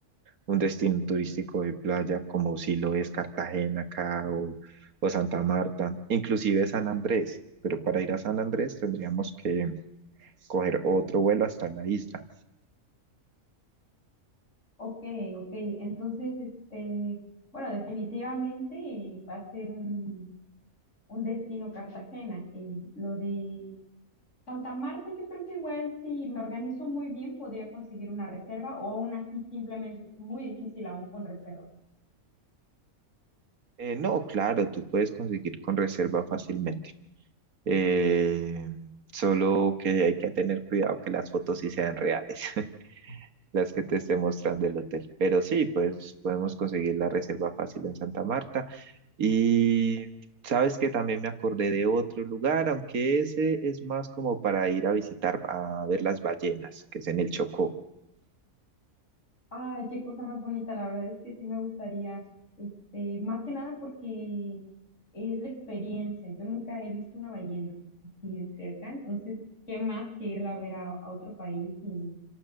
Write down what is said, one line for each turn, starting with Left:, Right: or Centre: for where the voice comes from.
Right: un destino turístico de playa como si lo es Cartagena acá o, o Santa Marta, inclusive San Andrés, pero para ir a San Andrés tendríamos que coger otro vuelo hasta la isla.
Left: Ok, ok. Entonces, este, bueno, definitivamente eh, va a ser un, un destino Cartagena. Eh, lo de Santa Marta, yo creo que igual si me organizo muy bien podría conseguir una reserva o aún así simplemente es muy difícil aún con reserva.
Right: Eh, no, claro, tú puedes conseguir con reserva fácilmente. Eh, solo que hay que tener cuidado que las fotos sí sean reales. <laughs> las que te esté mostrando el hotel. Pero sí, pues podemos conseguir la reserva fácil en Santa Marta. Y sabes que también me acordé de otro lugar, aunque ese es más como para ir a visitar, a ver las ballenas, que es en el Chocó.
Left: Ay, qué cosa más bonita, la verdad es que sí me gustaría, este, más que nada porque es la experiencia. Yo nunca he visto una ballena así de cerca, entonces, ¿qué más que irla a ver a, a otro país y